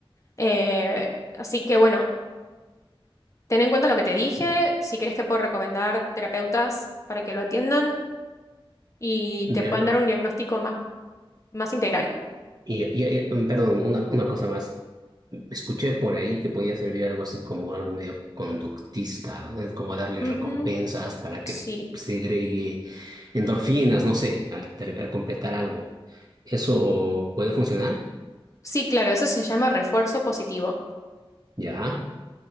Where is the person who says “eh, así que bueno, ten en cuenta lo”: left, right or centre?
Left